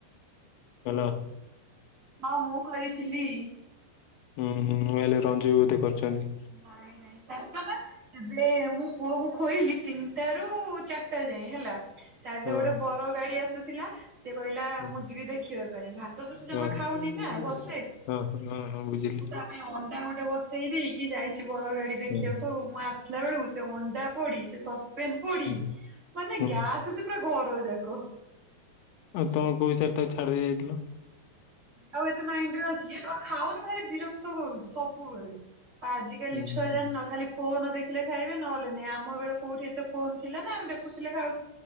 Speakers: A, on the left (about 85°); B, on the right (about 55°).
A: ହ୍ୟାଲୋ।
B: ହଁ ମୁଁ କରିଥିଲି।
A: ହୁଁ ହୁଁ ମୁଁ ହେଲେ ରଞ୍ଜି ବୋଉ ବୋଧେ କରିଛନ୍ତି।
B: ନାଇଁ ନାଇଁ ଜାଣିଛ ନା। ଏବେ ମୁଁ ପୁଅ କୁ ଖୋଇଲି ତିନିଟା ରୁ ଚାରିଟା ଯାଏ ହେଲା। ତା ଦେହରେ
A: ହଁ।
B: ଗୋଟେ ବର ଗାଡି ଆସୁଥିଲା। ସେି କହିଲା
A: ହଁ
B: ମୁଁ ଯିବି ଦେଖିବା ପାଇଁ ଭାତ ତ ସେ
A: ହଁ
B: ଜମା ଖାଉନି
A: ହଁ
B: ନା ଭଲସେ।
A: ହଁ ହଁ ହଁ ବୁଝିଲି
B: ମୁଁ ତା ପାଇଁ ଅଣ୍ଡା ଗୋଟେ ବନେ ବସେଇକି ଯାଇଛି ବର ଗାଡି ଦେଖିବାକୁ
A: ହୁଁ
B: ଆଉ ମୁଁ ଆସିଲା ବେଳକୁ ସେ ଅଣ୍ଡା ପୋଡି ସେ ସସ ପେମ୍ପୁଡ଼ି
A: ହୁଁ
B: ମାନେ
A: ହୁଁ।
B: ଗ୍ୟାସ ହୋଉଛି ପୁରା ଘର ଯାକ।
A: ଆଉ ତମ କୋଉ ହିସାବରେ ତାକୁ ଛାଡି ଦେଇ ଯାଇଥିଲ।
B: ଆଉ ଏତେ ମାଇଣ୍ଡ ରେ ଅଛି ତ ଖାଉନି ଭାରି ବିରକ୍ତ କରୁଛି ସବୁବେଳେ। ଆଜି କାଲି
A: ହୁଁ
B: ଛୁଆ
A: ହୁଁ
B: ଜାଣିନ ନ ଖାଲି ଫୋନ ଦେଖିଲେ ଖାଇବେ ନହଲେ ନାଇ ଆମ ବେଳ କୋଉଠି ଏତେ ଫୋନ ଥିଲା ନା ଦେଖୁଥିଲେ ଖାଉ